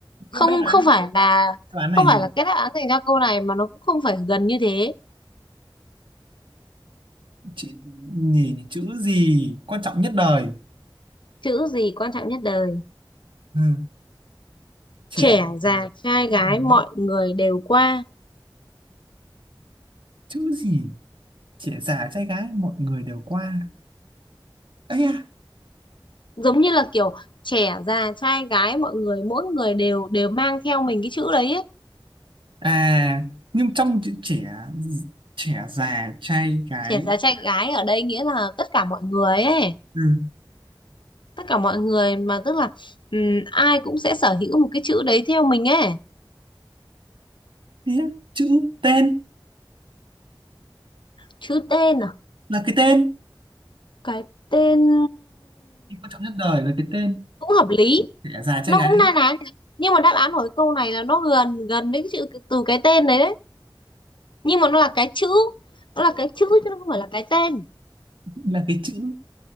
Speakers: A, on the right; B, on the left.
A: nhưng
B: không
A: mà đáp
B: không
A: án
B: phải là
A: đáp án này
B: không phải
A: gì
B: là cái đáp án dành cho câu này mà nó cũng không phải gần như thế
A: chữ nhỉ chữ gì quan trọng nhất đời
B: chữ gì quan trọng nhất đời
A: ừ. trẻ
B: trẻ
A: già,
B: già trai
A: con
B: gái
A: gái.
B: mọi người đều qua
A: chữ gì trẻ già trai gái mọi người đều qua ấy à
B: giống như là kiểu trẻ già trai gái mọi người mỗi người đều đều mang theo mình cái chữ đấy ấy.
A: à nhưng trong chữ trẻ trẻ già trai gái
B: trẻ già trai gái ở đây nghĩa là tất cả mọi người ấy
A: ừ.
B: tất cả mọi người mà tức là ừm, ai cũng sẽ sở hữu một cái chữ đấy theo mình ấy
A: thế á, chữ tên
B: chữ tên à
A: là cái tên
B: cái tên
A: Cái quan trọng nhất đời là cái tên
B: cũng hợp lý
A: trẻ già trai
B: nó
A: gái
B: cũng na ná nhưng mà đáp án của cái câu này là nó gần gần với cái chữ cái- từ cái tên đấy đấy nhưng mà nó là cái chữ nó là cái chữ chứ nó không phải là cái tên
A: là cái chữ